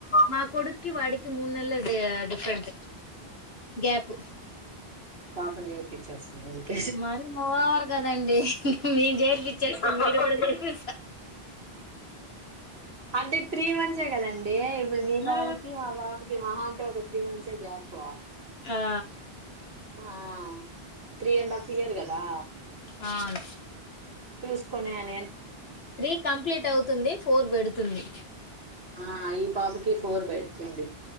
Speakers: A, on the left (about 75°); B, on the right (about 75°).
A: మా కొడుకి వాడికి మూడు నెల డిఫరెంట్ గ్యాప్
B: మే ఇస్తుక
A: మరి ఓవర్ కదండి మీ జేర్పిచ్చ కూడా జర్పి
B: అంటే త్రీ మంత్సే కదండి ఇప్పుడు మీ బాబుకి
A: ఆ
B: మా బాబుకి మహా తు సడిపో
A: ఆ
B: ఆ త్రీ అండ్ హఫ్ ఇయర్గా దా
A: అవును
B: చూసుకొనే అ
A: త్రీ కంప్లీట్ అవుతుంది ఫోర్ పెడుతుంది
B: ఆ ఈ పాపకి ఫోర్ బెడ్స్ అండి